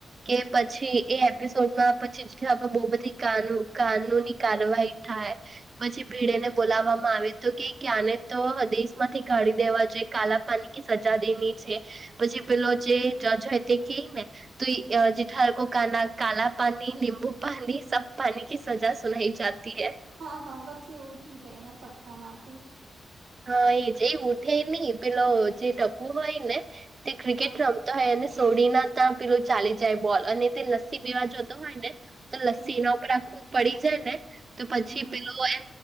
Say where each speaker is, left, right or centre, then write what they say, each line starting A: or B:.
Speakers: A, on the right; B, on the right.
A: કે પછી એ એપિસોડમાં પછી બો બધી કાન કાનૂની કારવાહી થાય પછી ભીડેને બોલાવવામાં આવે તો કે આને તો દેશ માંથી કાઢી દેવા જોઈએ કાલા પાણી કે સજા દેની છે પછી પલો જે જજ હો તે કે અ જેઠા કો ક કાલા પાની નીબૂ પણીની સબ પાણી કી સજા સુનાઈ જાતી હૈ
B: હા હા પછી એ ઉઠી જાય એના સપના માંથી
A: હા એ જે એ ઉઠે ની પેલો જે ટપુ હોય ને તે ક્રિકેટ
B: હા
A: રમ તો હોય અને સોડી ના તા પેલું ચાલી જાય બોલ અને તે લ સ્સી પીવા
B: અચ્છા
A: જતો હોય ને તો લસ્સી
B: હમ
A: એના ઉપર આખી પડી જાય ને તો પછી
B: હમ હમ
A: પીલો એ